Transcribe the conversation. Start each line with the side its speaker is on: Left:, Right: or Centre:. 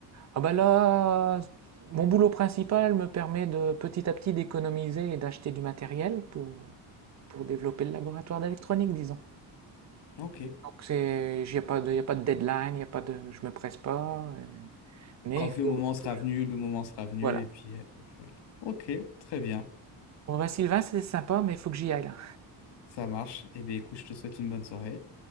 Right: Ah bah là, mon boulot principal me permet de petit à petit d'économiser et d'acheter du matériel pour, pour développer le laboratoire d'électronique, disons.
Left: Ok.
Right: Donc c'est, il n'y a pas de, y a pas de deadline, y a pas de, je me presse pas. et- mais
Left: Quand
Right: il faut,
Left: le moment sera
Right: faut que je-
Left: venu, le moment sera venu,
Right: voilà.
Left: et puis, euh, et puis voilà. Ok, très bien,
Right: Bon bah Sylvain, c'est sympa, mais il faut que j'y aille là.
Left: ça marche. Eh bien, écoute, je te souhaite une bonne soirée.